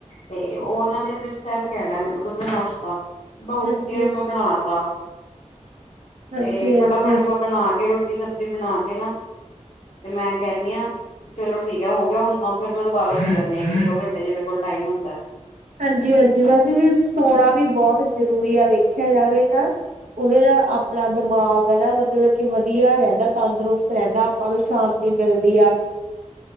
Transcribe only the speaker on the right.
ਹਾਂਜੀ
ਹਾਂਜੀ
ਹਾਂਜੀ
ਹਾਂਜੀ-ਹਾਂਜੀ ਵੈਸੇ ਵੀ ਸੋਣਾ ਵੀ ਬਹੁਤ ਜ਼ਰੂਰੀ ਆ ਵੇਖਿਆ ਜਾਵੇ ਤਾਂ। ਉਹਦੇ ਨਾਲ ਆਪਣਾ ਦਿਮਾਗ ਐ ਨਾ ਮਤਲਬ ਕਿ ਵਧੀਆ ਰਹਿੰਦਾ। ਤੰਦਰੁਸਤ ਰਹਿੰਦਾ ਆਪਾਂ ਨੂੰ ਸ਼ਾਂਤੀ ਮਿਲਦੀ ਆ।